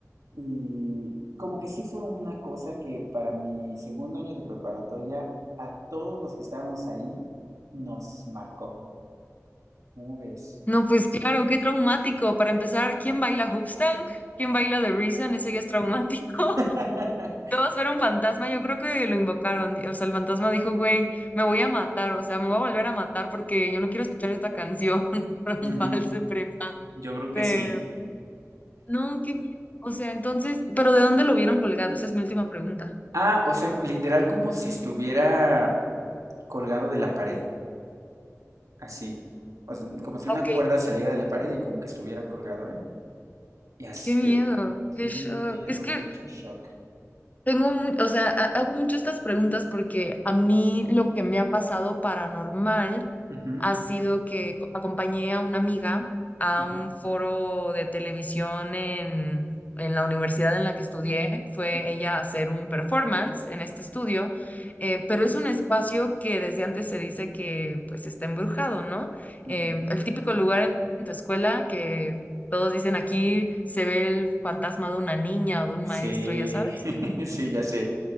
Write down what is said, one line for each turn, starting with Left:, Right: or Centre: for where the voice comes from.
Right: Y, y como que sí fue una cosa que para mi segundo año de preparatoria, a todos los que estábamos ahí, nos marcó. ¿Cómo ves?
Left: no, pues claro, qué traumático. Para empezar, ¿quién baila Hoopstank? ¿Quién baila The Reason? Eso ya es traumático. <laughs>
Right: <laughs>
Left: Dos, ver un fantasma, yo creo que lo invocaron, o sea, el fantasma dijo, güey, me voy a matar, o sea, me voy a volver a matar porque yo no quiero escuchar esta canción <laughs> por
Right: Ujú,
Left: un vals de prepa.
Right: Yo creo
Left: Pero,
Right: que sí.
Left: no, qué miedo. O sea, entonces, ¿pero de dónde lo vieron colgado? Esa es mi última pregunta.
Right: Ah, o sea, literal como si estuviera colgado de la pared, así. O sea, como si una
Left: Ok,
Right: cuerda saliera de la pared y como que estuviera colgado él. Y así,
Left: qué miedo,
Right: eh, sí,
Left: qué shock.
Right: de miedo,
Left: Es que
Right: mucho shock.
Left: Tengo mu- o sea, ha- hago mucho estas preguntas porque a mí lo que me ha pasado paranormal
Right: Ujú,
Left: ha sido que co- acompañé a una amiga a
Right: ujú,
Left: un foro de televisión en, en la universidad en la que estudié. Fue
Right: ujú,
Left: ella a hacer un performance en este estudio, eh, pero es un espacio que desde antes se dice que pues está embrujado, ¿no? Eh,
Right: ujú.
Left: el típico lugar en en tu escuela que todos dicen aquí se ve el fantasma de una niña o de un
Right: Sí,
Left: maestro, ya sabes.
Right: <laughs> sí, ya sé.